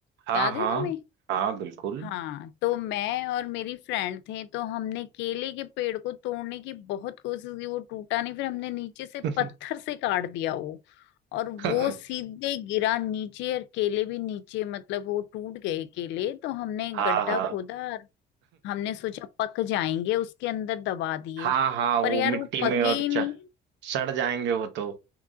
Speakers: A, on the right (about 85°); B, on the left (about 85°).
A: हाँ
B: याद
A: हाँ
B: है तुम्हें
A: हाँ बिल्कुल
B: हाँ तो मैं और मेरी फ्रेंड थे तो हमने केले के पेड़ को तोड़ने की बहुत कोशिश की वो टूटा नहीं फिर हमने नीचे से
A: <laughs>
B: पत्थर से काट दिया वो और
A: हाँ
B: वो सीधे गिरा नीचे और केले भी नीचे मतलब वो टूट गए केले तो हमने
A: हाँ
B: गड्ढा खोदा और हमने सोचा पक जाएंगे उसके अंदर दबा दिए
A: हाँ हाँ वो
B: पर यार
A: मिट्टी
B: वो पके
A: में और
B: ही
A: च-
B: नहीं
A: सड़ जाएंगे वो तो